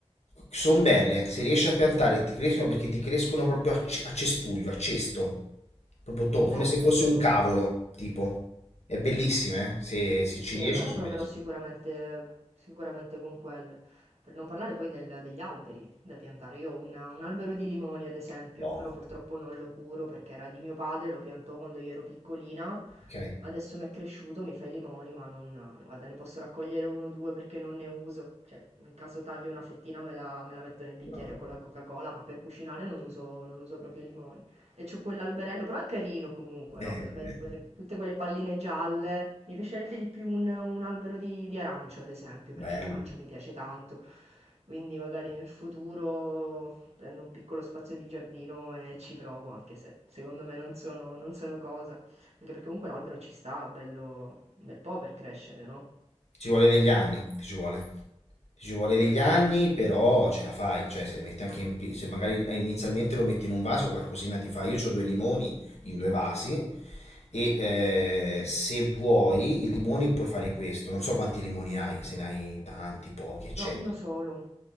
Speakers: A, on the left; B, on the right.
A: sono belle. Se riesci a piantare ti crescono perché ti crescono proprio a, c- a cespuglio, a cesto. Proprio to- come
B: Eh,
A: se
B: carino.
A: fosse un cavolo, tipo. È bellissime, eh. Se, se ci
B: Sì,
A: riesci
B: allora
A: sono
B: proverò
A: bellissime.
B: sicuramente, sicuramente con quelle. Per non parlare poi del- degli alberi da piantare. Io ho una- un albero di limoni, ad esempio,
A: No.
B: però purtroppo non lo curo perché era di mio padre, lo piantò quando io ero piccolina.
A: Ok.
B: Adesso mi è cresciuto, mi fa i limoni, ma non, guarda, ne posso raccogliere uno o due perché non ne uso. Cioè, in caso taglio una fettina me la, me la metto nel bicchiere
A: No.
B: con la Coca-Cola, ma per cucinare non uso, non uso proprio i limoni. E c'ho quell'alberello, però è carino comunque,
A: Eh,
B: no? Che lo vedi
A: beh,
B: quelle- tutte quelle palline gialle. Mi piacerebbe di più un, un albero di, di arancio, ad esempio,
A: bello.
B: perché l'arancia mi piace tanto. Quindi magari nel futuro prendo un piccolo spazio di giardino e ci provo, anche se secondo me non sono, non sono cosa. Anche perché comunque l'albero ci sta, bello, un bel po' per crescere, no?
A: Ci vuole degli anni, ti ci vuole. Ti ci vuole degli anni, però ce la fai. Cioè, se li metti anche in... pi- Se magari inizialmente lo metti in un vaso, qualcosina ti fa. Io ho due limoni in due vasi e eh, se vuoi i limoni puoi fare questo. Non so quanti limoni hai, se ne hai tanti, pochi, eccetera.
B: No, uno solo,